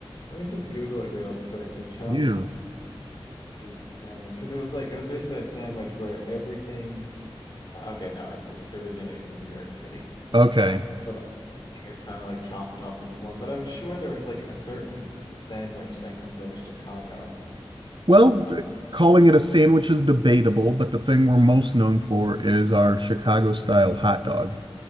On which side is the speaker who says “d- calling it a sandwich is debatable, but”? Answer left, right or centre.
Right